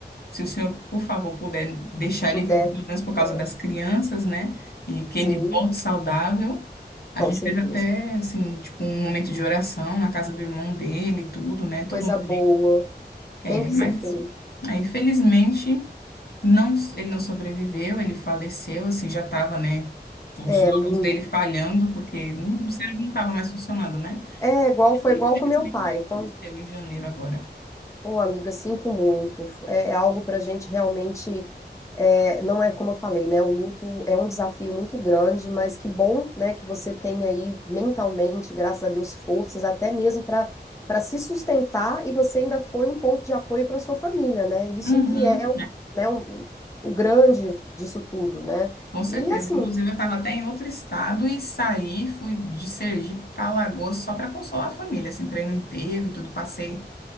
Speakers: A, on the left; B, on the left.
A: Se o senhor, por favor, puder deixar
B: puder,
A: ele vivo, pelo menos por causa
B: é,
A: das crianças, né? E que
B: sim,
A: ele volte saudável. A
B: com
A: gente
B: certeza.
A: fez até, assim, tipo, um momento de oração na casa do irmão dele, e tudo, né? Todo
B: Coisa
A: mundo.
B: boa,
A: É,
B: tem que
A: mas,
B: ser feito.
A: aí, infelizmente, não, ele não sobreviveu, ele faleceu, assim, já estava, né? Os
B: É,
A: órgãos
B: muito.
A: dele falhando, porque não- o cérebro não estava mais funcionando, né?
B: É, é igual,
A: Ele,
B: foi igual
A: infelizmente,
B: com meu pai. Quando
A: faleceu em janeiro agora.
B: Ô, amiga, sinto muito. É, é algo para a gente realmente. é, não é como eu falei, né? O luto é um desafio muito grande, mas que bom, né, que você tem aí mentalmente, graças a Deus, forças até mesmo para para se sustentar e você ainda foi um ponto de apoio para sua família, né? Isso
A: Uhum,
B: que é, o- né, o, o grande disso tudo, né?
A: Com certeza.
B: E assim,
A: Inclusive, eu estava até em outro estado e saí, fui de Sergipe para Alagoas só para consolar a família, assim, para ir no enterro e tudo. Passei